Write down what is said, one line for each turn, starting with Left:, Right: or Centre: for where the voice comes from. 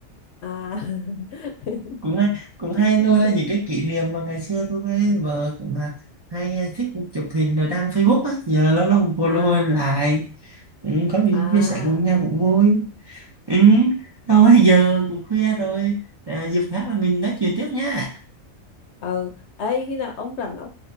Left: À <laughs> <laughs>
Right: cũng hay cũng hay lôi ra những cái kỷ niệm mà ngày xưa tôi với vợ cũng là hay à, thích chụp hình rồi đăng Facebook á giờ lâu lâu cô
Left: À
Right: lôi lại ừ, có những
Left: À
Right: chia sẻ cùng nhau cũng vui ừ. thôi giờ cũng khuya rồi à, dịp khác là mình nói chuyện tiếp nha
Left: ừ ấy khi nào ông rảnh ông